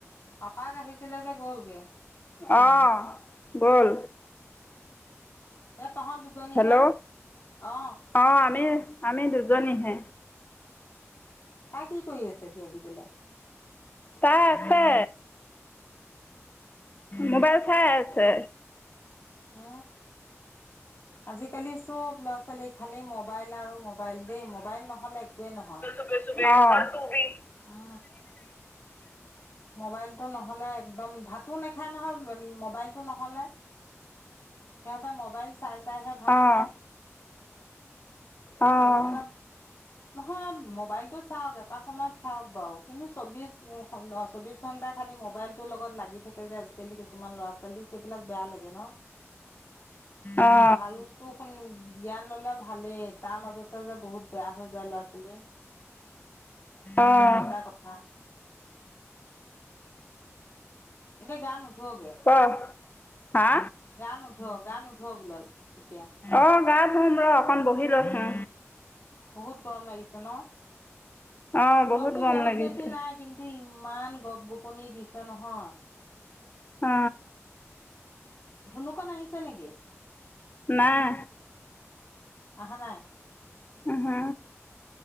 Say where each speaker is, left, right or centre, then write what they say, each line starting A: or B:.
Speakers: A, on the left (about 60°); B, on the left (about 35°).
A: পাপাক আহিছিলে যে গ'লগে
B: অঁ গ'ল
A: এ তহঁত দুজনী
B: হেল্ল'
A: হে আউ, অ
B: অঁ আমি আমি দুজনীহে
A: তাই কি কৰি আছেহি আহি পেলাই
B: তাই আছে মোবাইল চাই আছে
A: অ আজিকালি চব ল'ৰা ছোৱালী খালি মবাইল আৰু মবাইল দেই মোবাইল নহলে একোৱে নহয়।
B: অ
A: অ মোবাইলটো নহলে একদম ভাতো নেখায় নহয় মোবাইলটো নহ'লে সিহঁতে মোবাইল চাই চাইহে ভাত
B: অঁ
A: খায়
B: অঁ
A: সেইকাৰণে নহয় মোবাইলটো চাওক এটা সময়ত চাওক বাৰু কিন্তু চৌবিশ চৌবিশ ঘণ্টাই খালি মোবাইল টোৰ লগত লাগি থাকে যে আজিকালি কিছুমান ল'ৰা ছোৱালী সেইবিলাক বেয়া লাগে ন।
B: অঁ
A: ভালতো শুনি জ্ঞান ললে ভালেই তাৰ মাজতে যে বহুত বেয়া হৈ যায় ল'ৰা ছোৱালী
B: অঁ
A: সেইটো এটা কথা এতিয়া গা নুধুৱগে
B: ক হা
A: গান নোধুৱ গা নোধুৱ বোলে আ এতিয়া।
B: অ গা ধুম ৰ অকণ বহি লৈছো।
A: বহুত গৰম লাগিছে ন
B: অঁ
A: ৰ'দটো
B: গৰম
A: বহুত
B: লাগিছে
A: বেছি নাই কিন্তু ইমান গপ গোপনি দিছে নহয়
B: অ
A: ধুনুকণ আহিছে নেকি
B: নাই
A: আহা নাই
B: উহো